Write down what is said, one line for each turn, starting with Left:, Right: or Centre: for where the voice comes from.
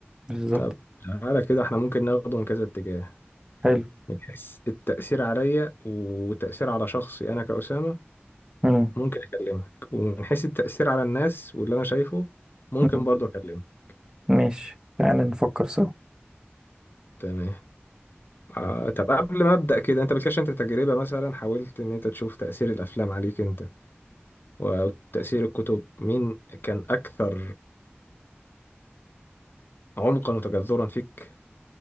Right: بالظبط
Left: طب تعالى كده احنا ممكن ناخده من كذا اتجاه
Right: حلو
Left: من حيث التأثير عليا وتأثير على شخصي انا كأسامة
Right: مم.
Left: ممكن اكلمك ومن حيث التأثير على الناس واللي انا شايفه ممكن
Right: مم.
Left: برضه اكلمك
Right: ماشي تعالى نفكر سوا
Left: تمام آه طب قبل ما ابدا كده انت بتكلمش انت تجربة مثلا حاولت ان انت تشوف تأثير الافلام عليك انت وتأثير الكتب مين كان اكثر عمقا وتجذرا فيك